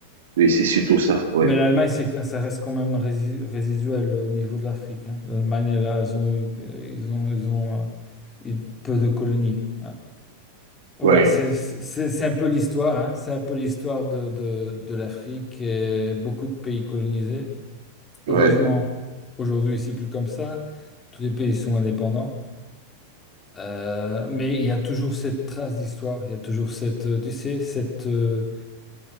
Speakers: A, on the right (about 60°); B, on the left (about 20°).
A: oui, c'est surtout ça. Oui,
B: Mais l'Allemagne, c'est, que- ça reste quand même rési- résiduel euh, au niveau de l'Afrique. hein. L'Allemagne, là, ils ont eu, euh, ils ont, ils ont euh, eu peu de colonies. hein. Voilà,
A: oui,
B: c'est c'est- c'est un peu l'histoire. hein. C'est un peu l'histoire de, de, de l'Afrique et beaucoup de pays colonisés.
A: oui.
B: Heureusement, aujourd'hui, c'est plus comme ça. Tous les pays sont indépendants. Euh, mais il y a toujours cette trace d'histoire, il y a toujours cette, euh, tu sais, cette, euh,